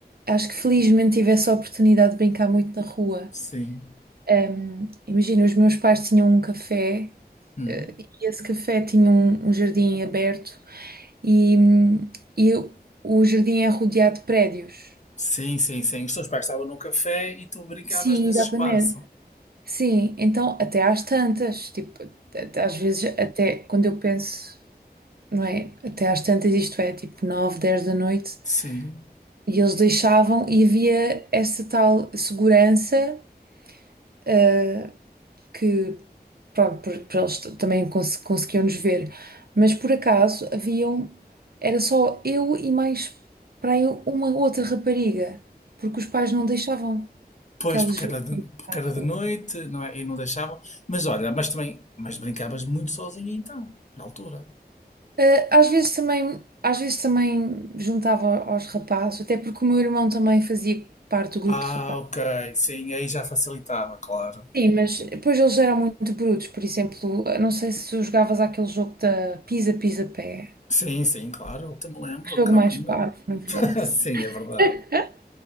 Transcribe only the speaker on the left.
Sim.
Hum.
Sim, sim, sim. Os teus pais estavam no café e tu brincavas
nesse
espaço.
Sim.
Pois,
porque
era de, porque
era
de noite, não é? E não deixavam. Mas olha, mas também, mas brincavas muito sozinha então, na altura.
Ah,
ok. Sim, aí já facilitava, claro.
Sim, sim, claro. Eu te me lembro,
claro
que me
lembro.
<laughs> Sim, é verdade.